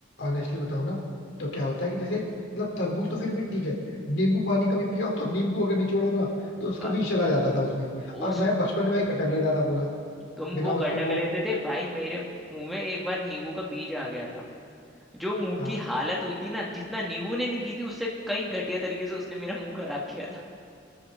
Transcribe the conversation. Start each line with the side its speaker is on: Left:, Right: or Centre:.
Left: ऑनेस्टली बताऊं ना तो क्या होता है कि जैसे मतलब तरबूज तो फिर भी ठीक है नींबू पानी कभी पिया हो तो नींबू अगर निचोड़ो ना तो उसका
Centre: बा-
Left: भी चला जाता था उसमें और
Centre: उस
Left: मैं बचपन में ही गटक लेता था पूरा
Centre: तुम
Left: बिना
Centre: वो
Left: उसको
Centre: गटक
Left: वो
Centre: लेते थे भाई मेरे मुंह में एक बार नींबू का बीज आ गया था जो मुंह
Left: हाँ
Centre: की हालत हुई थी ना जितना नींबू ने नहीं की थी उससे कई घटिया तरीके से उसने मेरा मुंह खराब किया था